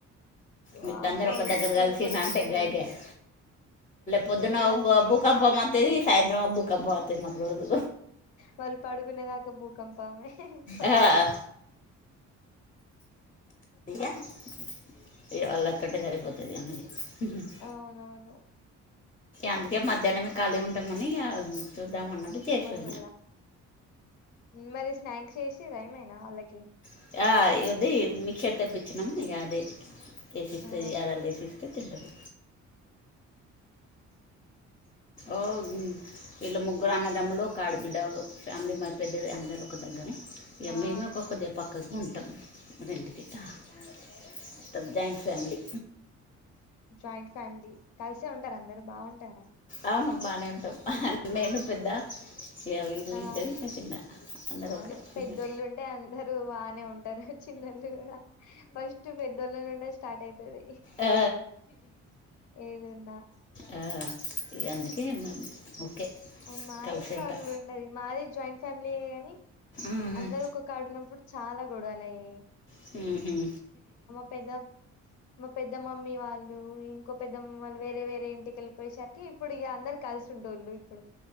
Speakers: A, on the left; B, on the left.
A: వామ్మో
B: వీళ్ళందరూ ఒక
A: వీళ్ళు
B: దగ్గర
A: స్కూల్
B: కలిసి
A: కి పోయొత్తే
B: నాంటే <unintelligible>
A: లొల్లే
B: పొద్దున్న
A: ఇల్లం
B: అబ్బు భూకంపం వత్తాది సాయంత్రం భూకంప అంతంది అ మాకు రోజు
A: వాళ్ళు పడుకునేదాకా భూకంపమే ఇంట్లో
B: ఆ <unintelligible> ఇ వాళ్ళతోటే సరిపోతుంది <unintelligible>
A: అవునవును
B: అందుకే మధ్యనమె ఖాళీ ఉంటామని చూద్దామ అన్నట్టు చేసే
A: వాళ్ళు కూడా మరి స్నాక్స్ చేసిర ఏమైనా వాళ్ళకి
B: <unintelligible> మిక్సర్ తెప్పించినాము ఇది వేసిస్తే
A: ఆ
B: <unintelligible> లు వేసిస్తే తింటది ఉ వీళ్ళ ముగ్గురు అన్నదమ్ములు ఒక ఆడ బిడ్డ ఫ్యామిలీ మాది పెద్దది అందరు ఒక దగ్గర <unintelligible> ఇమ్మమ
A: ఆ
B: ఒొ కొద్ది పక్కగా ఉంటాం రెంటి గ <unintelligible> జాయింట్ ఫ్యామిలీ
A: జాయింట్ ఫ్యామిలీ కలిసే ఉంటారు అందరు బాగుంటారా
B: అవును బానే ఉంటం నేను పెద్ద ఇగ వీళ్ళు
A: ఆ
B: ఇద్దరు చిన్న అందరూ
A: అవును
B: ఒకే
A: పెద్దోళ్ళు ఉంటే అందరు బానే ఉంటారు చిన్నళ్ళు కూడా ఫస్ట్ పెద్దోళ్ల నుండే స్టార్ట్ అయితది
B: ఆ
A: ఏదున్నా
B: ఆ ఇగ అందుకే ఓకే
A: మా
B: కలిసే
A: ఇంట్లో
B: ఉంటా
A: వాళ్లు ఉండది మాది జాయింట్ ఫ్యామిలీ యే కానీ
B: మ్మ్
A: అందరు ఒక్క కాడ ఉన్నప్పుడు చాలా గొడవలు అయినాయి
B: హు హామ్
A: పెద్ద మా పెద్ద మమ్మీ వాళ్ళు ఇంకొ పెద్దమ్మల్లు వేరే వేరే ఇంటికి వెళ్ళిపోయే సరికి ఇప్పుడు ఇగ అందరు కలిసి ఉండేవాళ్ళు ఇప్పుడు